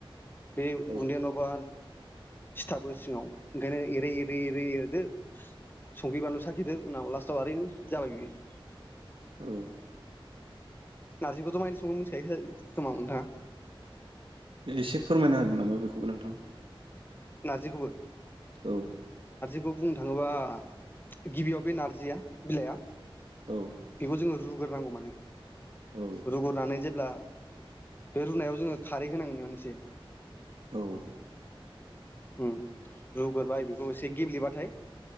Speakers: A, on the left; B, on the right.
A: बे
B: औ
A: गुन्दैया नङाबा सिथाबो सिङाव ओंखायनो एरै एरै एरै एरदो संख्रि बानलु साखिदो उनाव लास्टआव आरैनो जाबाय बियो।
B: औ
A: नारजिखौथ मायदि संओ मोनथिखायो खोमा नोंथाङा?
B: एसे फोरमायना होदो नामा बेखौबो नोंथां?
A: नारजिखौबो
B: औ।
A: बेखौ बुंनो थाङोबा गिबियाव बे नारजिया बिलाइआ
B: औ
A: बेखौ जोङो रुगोन नांगौ माने
B: औ
A: रुगनानै जेब्ला बे रुनायाव जोङो खारै होनांगोन नानो एसे।
B: औ।
A: उम रुग्रोबाय बेखौ एसे गेब्लेबाथाय